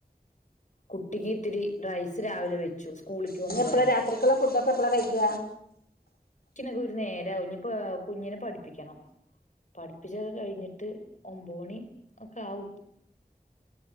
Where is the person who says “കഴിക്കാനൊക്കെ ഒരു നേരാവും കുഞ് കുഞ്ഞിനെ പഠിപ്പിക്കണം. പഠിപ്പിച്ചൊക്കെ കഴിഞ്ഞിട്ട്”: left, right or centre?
Left